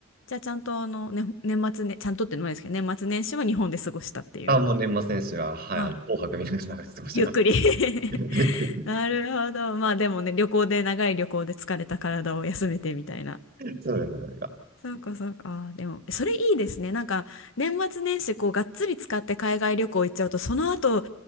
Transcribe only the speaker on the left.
じゃあちゃんとあの、ね、年末ね、ちゃんとってのもないですけど、年末年始は日本で過ごしたっていう。
あ、
ゆっくり <laughs>
なるほど。まあでもね、旅行で、長い旅行で疲れた体を休めてみたいな。
そうかそうか。あーでも、それいいですね。なんか、年末年始、こう、がっつり使って海外旅行行っちゃうと、その後、